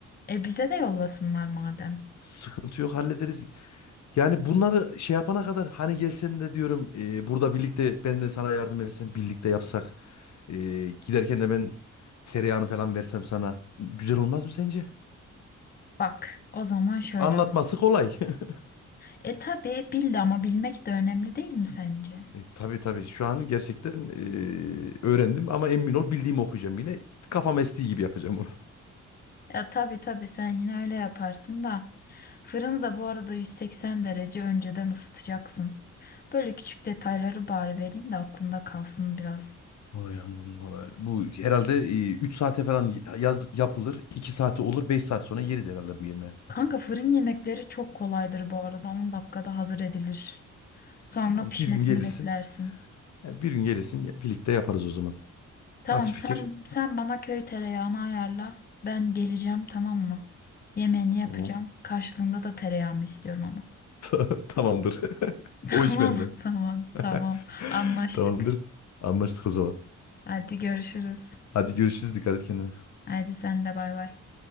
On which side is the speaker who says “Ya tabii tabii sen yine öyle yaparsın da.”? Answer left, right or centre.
Left